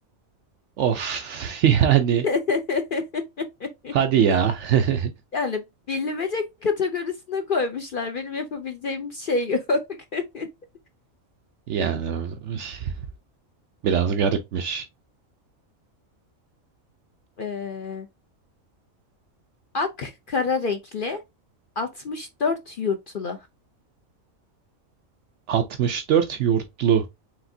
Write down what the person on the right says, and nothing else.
Of <laughs> yani
hadi ya. <laughs>
Yani üf. Biraz garipmiş.
64 yurtlu.